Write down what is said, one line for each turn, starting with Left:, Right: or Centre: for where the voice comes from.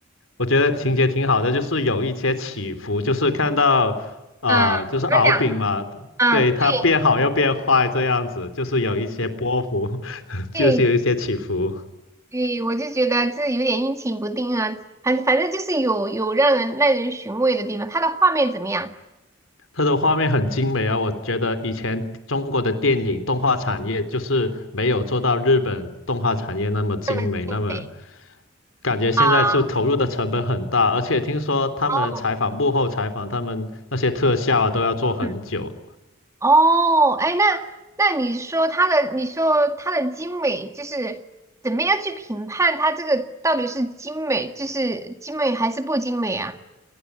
Left: 我觉得情节挺好的，就是有一些起伏，就是看到呃，
Right: 嗯，
Left: 就是敖丙嘛，
Right: 怎么讲？嗯，
Left: 对，
Right: 对
Left: 他变好又变坏这样子，就是有一些波幅，<laughs> 就是有一些起伏。
Right: 对对，我就觉得这有点阴晴不定啊，反反正就是有有让人耐人寻味的地方。它的画面怎么样？
Left: 它的画面很精美啊，我觉得以前中国的电影动画产业就是没有做到日本动画产业那么精美，
Right: 那么精美
Left: 那么感觉现在是投入的成本很大，
Right: 啊！
Left: 而且听说他们采访幕后采访，
Right: 哦
Left: 他们那些特效啊都要做很久。
Right: 嗯，哦，哎，那那你说它的，你说它的精美，就是怎么样去评判它这个到底是精美，就是精美还是不精美啊？